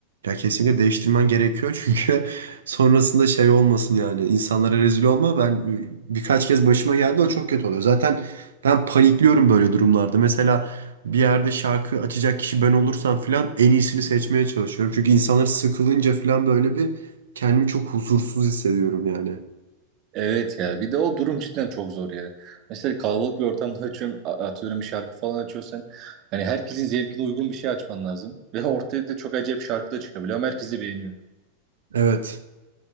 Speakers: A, on the right; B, on the right.
A: Ya kesinlikle değiştirmen gerekiyor çünkü <laughs> sonrasında şey olmasın yani insanlara rezil olma. Ben bir- birkaç kez başıma geldi o çok kötü oluyor. Zaten ben panikliyorum böyle durumlarda. Mesela bir yerde şarkı açacak kişi ben olursam filan en iyisini seçmeye çalışıyorum. Çünkü insanlar sıkılınca filan böyle bir kendimi çok huzursuz hissediyorum yani.
B: Evet ya bir de o durum cidden çok zor ya. Mesela kalabalık bir ortamda açıyorum, a- atıyorum bir şarkı falan açıyorsan yani herkesin zevkine uygun bir şey açman lazım. Ve ortaya da çok acayip şarkı da çıkabiliyor ama herkes de beğeniyor.
A: Evet.